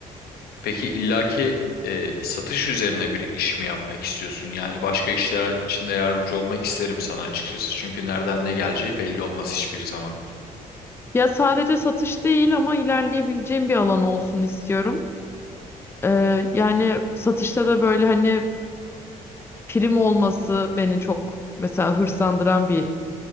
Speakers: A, on the left (about 75°); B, on the left (about 15°).
A: Peki illaki e, satış üzerine bir iş mi yapmak istiyorsun? Yani başka işler içinde yardımcı olmak isterim sana açıkçası. Çünkü nereden ne geleceği belli olmaz hiçbir zaman.
B: Ya sadece satış değil ama ilerleyebileceğim bir alan olsun istiyorum. Ee, yani satışta da böyle hani prim olması beni çok mesela hırslandıran bir